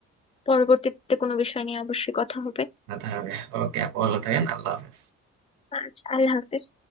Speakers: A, on the left; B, on the right.
A: পরবর্তীতে কোনো বিষয় নিয়ে অবশ্যই কথা হবে
B: কথা হবে ওকে আপু ভালো থাকেন আল্লাহ হাফেজ
A: আচ্ছা আল্লাহ হাফিজ